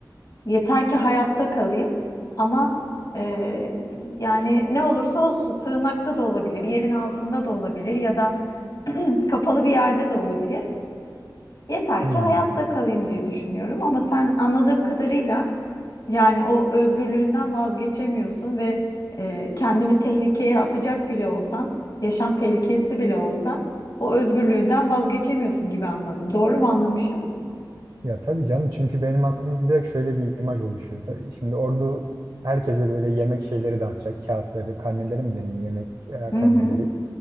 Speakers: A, on the left; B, on the right.
A: yeter ki hayatta kalayım ama e, yani ne olursa olsun sığınakta da olabilir, yerin altında da olabilir ya da <clears throat> kapalı bir yerde de olabilir. Yeter
B: Hmm.
A: ki hayatta kalayım diye düşünüyorum ama sen anladığım kadarıyla yani o özgürlüğünden vazgeçemiyorsun ve e, kendini tehlikeye atacak bile olsan, yaşam tehlikesi bile olsa o özgürlüğünden vazgeçemiyorsun gibi anladım. Doğru mu anlamışım?
B: Ya tabii canım çünkü benim aklımda direkt şöyle bir imaj oluşuyor. Tabii şimdi ordu herkese böyle yemek şeyleri dağıtacak. Kağıtları, karneleri mi deniyor? Yemek e,
A: Hı
B: karneleri.
A: hı.